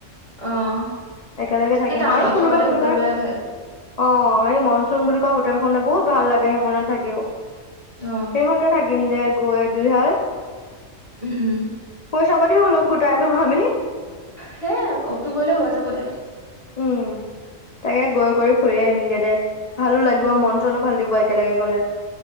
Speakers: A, on the right; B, on the left.
A: অ
B: একেলগে থাকিম
A: এই টাউনৰ
B: আৰু
A: ওচৰতে
B: কোনোবা কোনোবা।
A: হোটেল লোৱাই ভাল
B: অ', সেই মনচুন বুলি কোৱা হোটেল খন বহুত ভাল লাগে সেইখনত থাকিও
A: অ
B: সেইখনতে থ কিম দে গৈ দুইহাল
A: উম উম।
B: পইচা পাতিও অলপ গোটাই লও আমি।
A: সেই আৰু অক্টোবৰলৈ হৈ চাব দে।
B: উম তাকে গৈ গ ফুৰি আহিমগে দে ভালো লাগিব
A: উম
B: মন চনো ভাল থাকিব। একেলগে গ'লে